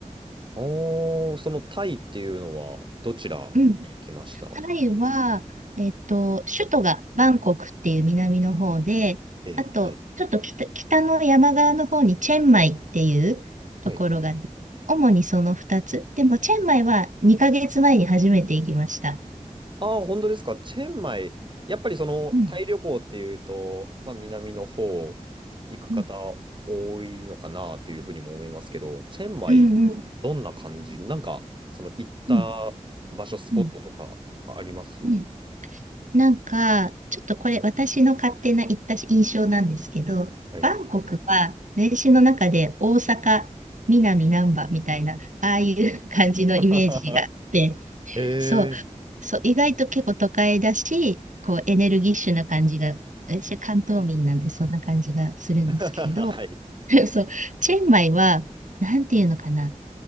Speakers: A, on the right; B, on the right.
A: ああ、そのタイっていうのはどちらに行きました
B: うん。タイは、えっと、首都がバンコクっていう南の方で、
A: ええ、
B: あと、
A: はい。
B: ちょっと北、北の山側の方にチェンマイっていうところが、
A: はい
B: 主にその2つ。でも、チェンマイは2ヶ月前に初めて行きました。
A: ああ、本当ですか。チェンマイ。やっぱりそのタイ旅行っていうと、
B: うん、
A: まあ、南の方行く方
B: うん、
A: 多いのかなというふうにも思いますけど、チェンマイ、
B: うん、うん、
A: どんな感じなんか、その行った
B: うん、
A: 場所、スポットとかあります
B: うん。うんなんか、ちょっとこれ私の勝手な言った印象なんですけど、
A: はい。
B: バンコクは年史の中で大阪、南難波みたいな、ああいう感じのイメージがあって、
A: <laughs> えー。
B: そう、そう、意外と結構都会だし、こうエネルギッシュな感じが、私は関東民なんでそんな感じがするんですけど、
A: <laughs> はい。
B: <laughs> そう、チェンマイは、なんていうのかな、